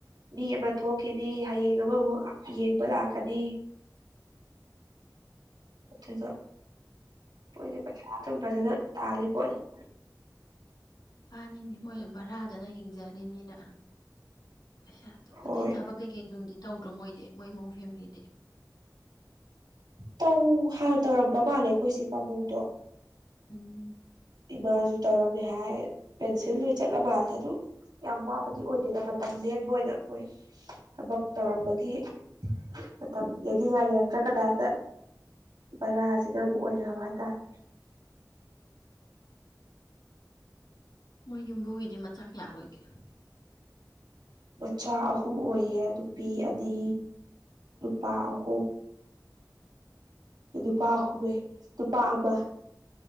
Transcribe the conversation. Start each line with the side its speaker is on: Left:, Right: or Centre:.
Right: ꯃꯤ ꯑꯃ ꯊꯣꯛꯈꯤꯅꯤ ꯍꯌꯦꯡ ꯑꯃꯃꯨꯛ ꯌꯦꯡꯕ ꯂꯥꯛꯀꯅꯤ ꯑꯗꯨꯗ ꯄꯩꯁꯥ ꯑꯗꯨꯝ ꯐꯖꯥꯗ ꯇꯥꯜꯂꯤꯦ ꯄꯣꯠꯂ
Left: ꯐꯥꯅꯤꯅꯦ ꯃꯣꯏ ꯚꯔꯥꯗꯅ ꯍꯤꯡꯖꯔꯤꯅꯤꯅ ꯄꯩꯁꯥꯗꯣ
Right: ꯍꯣꯏ
Left: ꯑꯇꯩ ꯊꯕꯛ ꯀꯩꯀꯩ ꯅꯨꯡꯒꯤ ꯇꯧꯗ꯭ꯔꯣ ꯃꯣꯏꯗꯤ ꯃꯣꯏ ꯏꯃꯨꯡ ꯐꯦꯃꯤꯂꯤꯗꯤ
Right: ꯇꯧ ꯍꯥꯟꯅ ꯇꯧꯔꯝꯕ ꯃꯥꯜꯂꯦ ꯑꯩꯈꯣꯏꯁꯤ ꯄꯥꯕꯨꯡꯗꯣ
Left: ꯎꯝ
Right: ꯏꯃꯥꯁꯨ ꯇꯧꯔꯝꯃꯦ ꯍꯥꯏ ꯄꯦꯟꯁꯤꯜꯗ ꯆꯠꯂꯝꯕꯗꯦ ꯑꯗꯨꯝ ꯌꯥꯝ ꯋꯥꯕꯗꯤ ꯑꯣꯏꯗꯦꯗ ꯃꯇꯝ ꯂꯦꯡꯕ ꯑꯣꯏꯅ ꯃꯣꯏ ꯊꯕꯛ ꯇꯧꯔꯝꯕꯒꯤ ꯃꯇꯝ ꯂꯅꯤꯡꯉꯥꯏ ꯂꯩꯔꯛꯇ꯭ꯔ ꯀꯗꯥꯏꯗ ꯚꯔꯥꯁꯤꯗ ꯑꯃꯨꯛ ꯑꯣꯏꯅꯕ ꯍꯥꯏꯇꯥꯔꯦ
Left: ꯃꯣꯏ ꯌꯨꯝꯕꯨꯒꯤꯗꯤ ꯃꯆꯥ ꯀꯌꯥ ꯑꯣꯏꯒꯦ
Right: ꯃꯆꯥ ꯑꯍꯨꯝ ꯑꯣꯏꯌꯦ ꯅꯨꯄꯤ ꯑꯅꯤ ꯅꯨꯄꯥ ꯑꯍꯨꯝ ꯅꯨꯄꯥ ꯑꯨꯝꯍꯩ ꯅꯨꯄꯥ ꯑꯃ